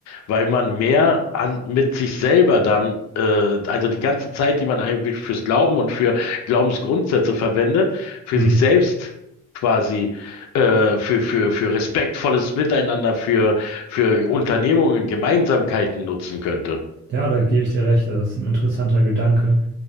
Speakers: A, on the left; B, on the right.
A: weil man mehr an, mit sich selber dann, äh, also die ganze Zeit, die man eigentlich fürs Glauben und für Glaubensgrundsätze verwendet, für
B: Mhm.
A: sich selbst quasi äh, für, für, für respektvolles Miteinander, für, für Unternehmungen, Gemeinsamkeiten nutzen könnte.
B: Ja, da gebe ich dir recht. Also das ist ein interessanter Gedanke.